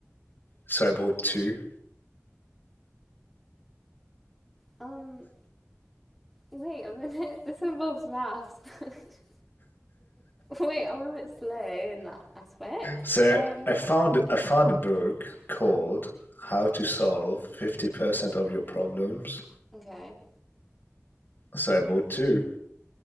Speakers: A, on the left; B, in the centre.
A: So I bought two.
B: Um, wait a minute. <laughs> This involves maths. <laughs> Wait, I'm a bit slow in that aspect.
A: So
B: Um,
A: I found I found a book called How to Solve 50% of Your Problems
B: okay.
A: So I bought two.